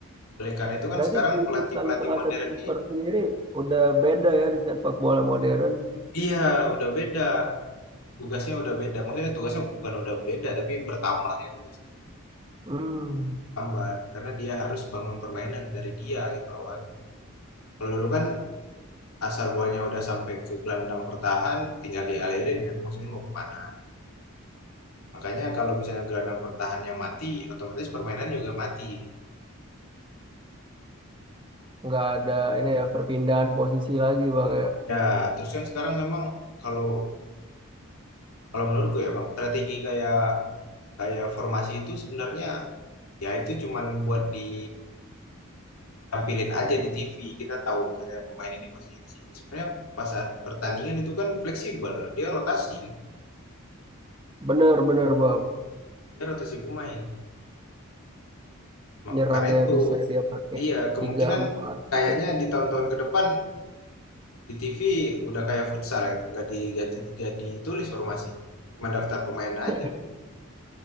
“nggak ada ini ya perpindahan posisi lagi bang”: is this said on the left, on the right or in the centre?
Right